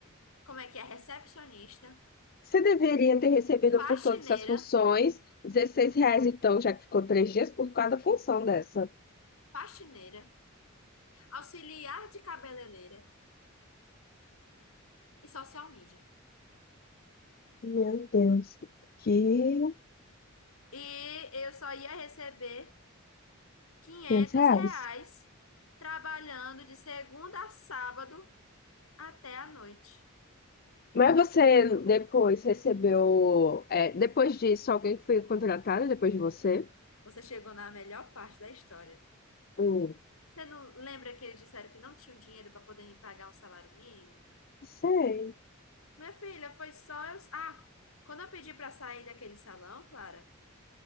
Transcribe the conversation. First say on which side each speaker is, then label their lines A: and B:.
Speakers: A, on the left; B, on the left.
A: como é que é? Recepcionista,
B: Você deveria ter recebido
A: faxineira,
B: por todas as funções 16 reais, então, já que ficou três dias por cada função dessa.
A: faxineira, auxiliar de cabeleireira e social media.
B: Meu Deus, que...
A: E eu só ia receber quinhentos
B: 500 reais?
A: reais trabalhando de segunda a sábado até a noite.
B: Mas você depois recebeu. é, depois disso, alguém foi contratado depois de você?
A: Você chegou na melhor parte da história.
B: Hum,
A: Você não lembra que eles disseram que não tinham dinheiro para poder me pagar um salário mínimo?
B: sei.
A: Minha filha, foi só eu. Ah, quando eu pedi para sair daquele salão, Clara.